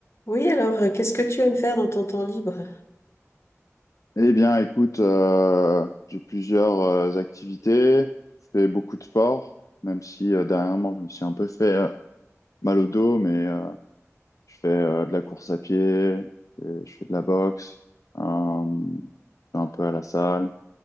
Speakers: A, on the left; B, on the left.
A: Oui, alors, euh, qu'est-ce que tu aimes faire dans ton temps libre?
B: Eh bien, écoute, euh, j'ai plusieurs euh, activités. Je fais beaucoup de sport, même si euh, dernièrement, je me suis un peu fait euh, mal au dos, mais euh, je fais euh, de la course à pied, et je fais de la boxe, euh, je vais un peu à la salle,